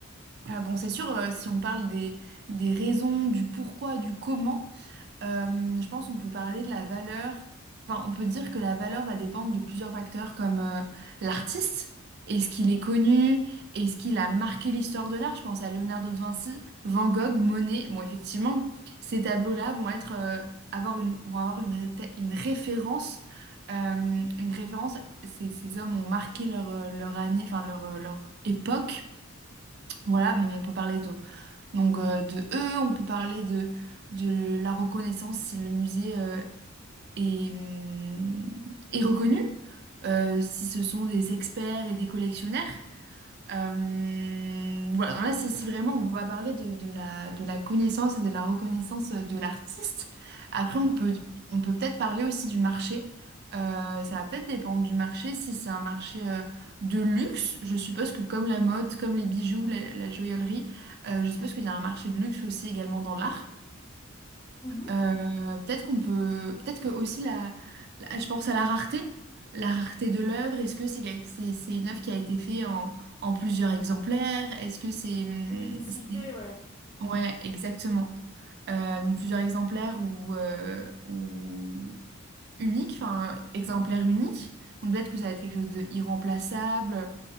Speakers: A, on the right (about 50°); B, on the left (about 25°).
A: Euh, bon, c'est sûr, euh, si on parle des, des raisons, du pourquoi, du comment. Euh, je pense qu'on peut parler de la valeur. Enfin, on peut dire que la valeur va dépendre de plusieurs facteurs comme euh, l'artiste. Est-ce qu'il est connu? Est-ce qu'il a marqué l'histoire de l'art? Je pense à Leonardo da Vinci, Van Gogh, Monet. Bon, effectivement, ces tableaux-là vont être, euh, avoir une, vont avoir une, ré- une référence. euh, une référence. Ces, ces hommes ont marqué leur, euh, leur année, enfin leur, euh, leur époque. Voilà, bon, on peut parler d'eux. Donc euh, de eux, on peut parler de, de la reconnaissance si le musée euh, est, hum, est reconnu, euh, si ce sont des experts et des collectionneurs. Euh, voilà, là, c'est c'est vraiment, on va parler de, de la, de la connaissance et de la reconnaissance euh, de l'artiste. Après, on peut, on peut peut-être parler aussi du marché. Euh, ça va peut-être dépendre du marché. Si c'est un marché euh, de luxe, je suppose que comme la mode, comme les bijoux, la, la joaillerie, euh, je suppose qu'il y a un marché de luxe aussi également dans l'art.
B: Mhm.
A: Euh, peut-être qu'on peut, peut-être que aussi la, la- je pense à la rareté, la rareté de l'œuvre. Est-ce que c'est quelque- c'est, c'est une œuvre qui a été faite en, en plusieurs exemplaires? Est-ce que c'est, hum,
B: L'unicité,
A: c'est-
B: ouais.
A: ouais, exactement. Euh, donc plusieurs exemplaires ou, euh, ou unique, enfin exemplaire unique. Donc peut-être que ça va être quelque chose d'irremplaçable